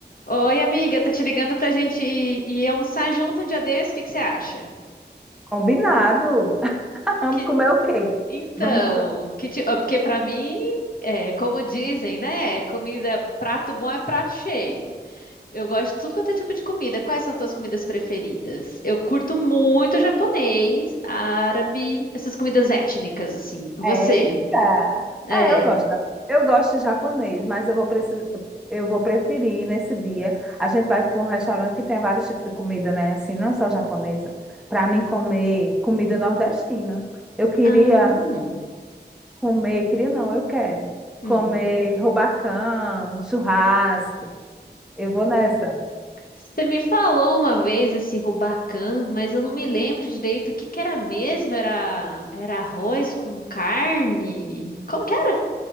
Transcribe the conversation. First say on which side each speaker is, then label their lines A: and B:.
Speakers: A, on the left; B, in the centre.
A: Oi, amiga, tô te ligando pra gente ir, ir almoçar junto um dia desse, o que que você acha?
B: Combinado. <laughs> Vamos
A: Que,
B: comer o quê?
A: então,
B: Vamos. pro-
A: que ti- ah, porque pra mim, é, como dizem, né, comida, prato bom é prato cheio. Eu gosto de tudo quanto é tipo de comida. Quais são tuas comidas preferidas? Eu curto muito japonês, árabe, essas comidas étnicas, assim. Você?
B: Eita!
A: É.
B: É, eu gosto. da- Eu gosto de japonês, mas eu vou precis... eu vou preferir nesse dia. A gente vai para um restaurante que tem vários tipos de comida, né? Assim, não só japonesa. Para mim comer comida nordestina. Eu queria
A: Ah, hum.
B: comer, queria não, eu quero
A: hum.
B: comer rubacão, churrasco. Eu vou nessa.
A: Você me falou uma vez esse Rubacan, mas eu não me lembro direito o que que era mesmo. Era, era arroz com carne? Como que era?